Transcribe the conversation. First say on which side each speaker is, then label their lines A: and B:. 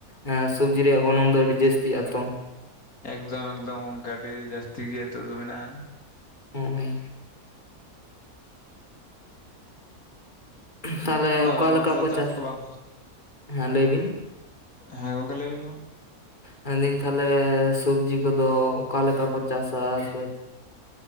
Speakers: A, on the left (about 30°); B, on the left (about 70°).
A: ᱦᱮᱸ ᱥᱚᱵᱡᱤ ᱨᱮᱭᱟᱜ ᱜᱚᱱᱚᱝ ᱫᱚ ᱟᱹᱰᱤ ᱡᱟᱹᱥᱛᱤᱜ ᱟᱛᱚ?
B: ᱮᱠᱫᱚᱢ ᱮᱠᱫᱚᱢ ᱚᱱᱠᱟ ᱟᱹᱰᱤ ᱡᱟᱹᱥᱛᱤ ᱜᱮ ᱱᱤᱛᱚᱜ ᱫᱚ ᱢᱮᱱᱟᱜᱼᱟ᱾
A: ᱦᱚᱜ ᱚᱭ ᱛᱟᱦᱞᱮ
B: ᱟᱫᱚ
A: ᱚᱠᱟ
B: ᱟᱞᱮ
A: ᱞᱮᱠᱟ
B: ᱱᱚᱛᱮ ᱫᱚ
A: ᱠᱚ ᱪᱟᱥ
B: ᱵᱟᱝ
A: ᱦᱮᱸ ᱞᱟᱹᱭ ᱵᱤᱱ᱾
B: ᱦᱮᱸ ᱜᱚᱝᱠᱮ ᱞᱟᱹᱭ ᱵᱤᱱ ᱢᱟ
A: ᱢᱮᱱᱫᱟᱹᱧ ᱛᱟᱦᱚᱞᱮ ᱥᱚᱵᱽᱡᱤ ᱠᱚᱫᱚ ᱚᱠᱟᱞᱮᱠᱟ ᱠᱚ ᱪᱟᱥᱟ ᱥᱮ